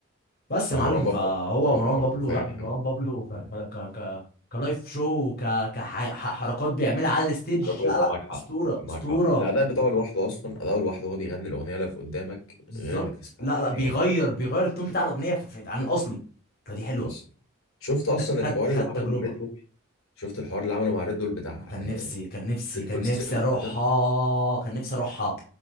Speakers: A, on the left; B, on the left.
A: بس
B: ومروان
A: يا معلم
B: بابا
A: فهو
B: بطولات
A: مروان
B: معروفه
A: بابلو
B: يعني
A: لا مروان
B: <laughs>
A: بابلو ك ك ك ك كلايف شو ك كحركات بيعملها على الستيج
B: طبعاً
A: لا لا
B: معاك حق
A: اسطوره
B: معاك
A: اسطوره
B: حق الاداء بتاعه لوحده اصلا اداؤه لوحده وهو بيغني الاغنيه اللي في قدامك
A: بالظبط
B: غير انك تسمع
A: لا
B: الاغنيه
A: لا بيغير
B: اصلا
A: بيغير التون بتاع الاغنيه في- في- عن الاصلي فدي حلوه
B: اصلا شفت اصلا
A: خد
B: الحوار اللي
A: خد
B: عمله
A: تجربه
B: مع ريد بول شفت الحوار اللي عمله مع ريد بول بتاع
A: انا كان نفسي كان نفسي
B: ريد
A: كان
B: بول
A: نفسي
B: سيمفون
A: اروحها
B: ده
A: كان نفسي اروحها